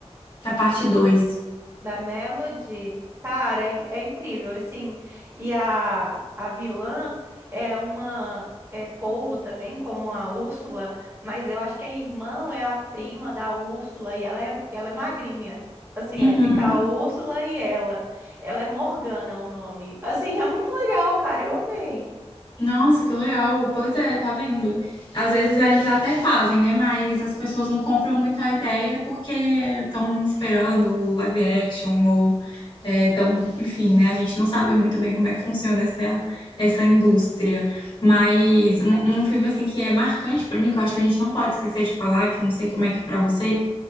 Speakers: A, on the left (about 45°); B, on the right (about 25°).
A: da parte dois
B: Da Melody. Cara, é, é incrível, assim. E a, a vilã é uma é polvo também, como a Úrsula, mas eu acho que a irmã é a prima da Úrsula e ela é, ela é magrinha. Assim,
A: Uhum.
B: aí fica a Úrsula e ela. Ela é Morgana o nome. Assim, é muito legal, cara, eu amei.
A: Nossa, que legal. Pois é, tá vendo? Às vezes eles até fazem, né? Mas as pessoas não compram muito a ideia porque estão esperando o live action ou estão, enfim, né? A gente não sabe muito bem como é que funciona essa, essa indústria. Mas um, um filme assim que é marcante pra mim, que eu acho que a gente não pode esquecer de falar, que eu não sei como é que pra você,